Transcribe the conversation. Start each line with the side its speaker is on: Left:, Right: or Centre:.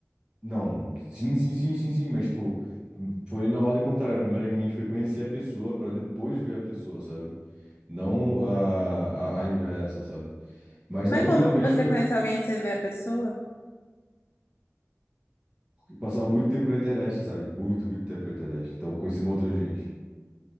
Right: Não, sim, sim, sim, sim, sim, mas, tipo, foi na ordem contrária. Primeiramente foi conhecer a pessoa pra depois ver a pessoa, sabe? Não a, a, a inversa, sabe? Mas
Left: Mas
Right: da última
Left: como
Right: vez
Left: que você
Right: foi.
Left: conhece alguém e você vê a pessoa?
Right: Passava muito tempo na internet, sabe? Muito, muito tempo na internet. Então, eu conheci um montão de gente.